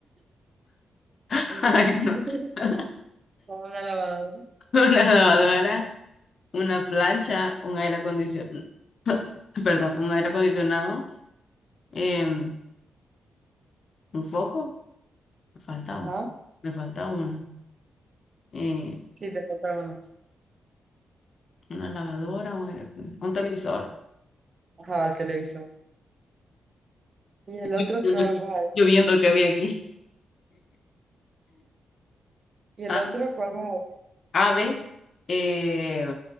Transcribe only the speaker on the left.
<laughs>
Ay, no.
<laughs>
Una lavadora, una plancha, un aire acondicionado. <laughs> Perdón, un aire acondicionado. em, un foco. Me falta
uno. Me falta uno. eh,
una lavadora, un, aire- un televisor.
<laughs> Yo
viendo
que,
yo viendo que había aquí.
Ah,
ave, eh,